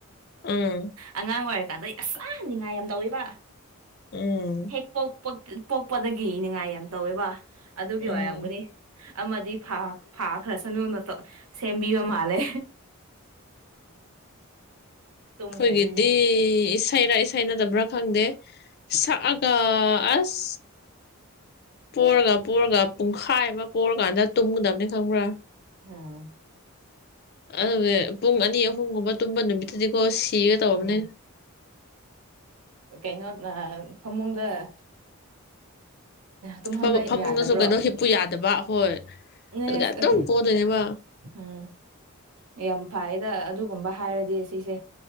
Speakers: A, on the left (about 45°); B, on the right (about 80°).
A: ꯑꯪ
B: ꯑꯉꯥꯡ ꯑꯣꯏꯔꯀꯥꯟꯗꯩ ꯑꯁ ꯌꯥꯝ ꯅꯤꯡꯉꯥꯏ ꯌꯥꯝ ꯇꯧꯋꯦꯕ
A: ꯎꯝ
B: ꯍꯦꯛ ꯄꯣꯛ ꯄꯣꯛꯄꯗꯒꯤ ꯅꯤꯡꯉꯥꯏ ꯌꯥꯝ ꯇꯧꯋꯦꯕ ꯑꯗꯨꯒꯤ
A: ꯎꯝ
B: ꯑꯣꯏꯔꯝꯒꯅꯤ ꯑꯃꯗꯤ ꯐꯥ ꯐꯥꯈ꯭ꯔ ꯁꯅꯨꯅ ꯁꯦꯝꯕꯤꯕ ꯃꯥꯜꯂꯦ ꯇꯨꯝꯈ꯭ꯔꯦ
A: ꯈꯣꯏꯒꯤꯗꯤ
B: ꯍꯦꯡ
A: ꯏꯁꯩꯔ ꯏꯁꯩ ꯁꯩ ꯅꯠꯇꯕ꯭ꯔꯥ ꯈꯪꯗꯦ ꯁꯛꯑꯒ ꯑꯁ ꯄꯣꯔꯒ ꯄꯣꯔꯒ ꯄꯨꯡꯈꯥꯏ ꯑꯃ ꯄꯣꯔꯀꯥꯟꯗ ꯇꯨꯝꯒꯗꯕꯅꯤ ꯈꯪꯕ꯭ꯔꯥ
B: ꯑ
A: ꯑꯗꯨꯒ ꯄꯨꯡ ꯑꯅꯤ ꯑꯍꯨꯝ ꯒꯨꯝꯕ ꯇꯨꯝꯕ ꯅꯨꯃꯤꯠꯇꯨꯗꯤꯀꯣ ꯁꯤꯒꯦ ꯇꯧꯔꯕꯅꯦ
B: ꯎꯝ ꯀꯩꯅꯣ ꯑ ꯐꯃꯨꯡꯗ ꯇꯨꯝꯍꯟꯕ
A: ꯐ ꯐꯃꯨꯡꯗꯁꯨ
B: ꯌꯥꯗꯕ꯭ꯔꯣ
A: ꯀꯩꯅꯣ ꯍꯤꯞꯄꯨ ꯌꯥꯗꯕ ꯍꯣꯏ
B: <unintelligible>
A: ꯑꯗꯨꯒ ꯑꯗꯨꯝ ꯄꯣꯗꯣꯏꯅꯦꯕ
B: ꯎꯝ ꯌꯥꯝ ꯐꯩꯗ ꯑꯗꯨꯒꯨꯝꯕ ꯍꯥꯏꯔꯗꯤ ꯁꯤꯁꯦ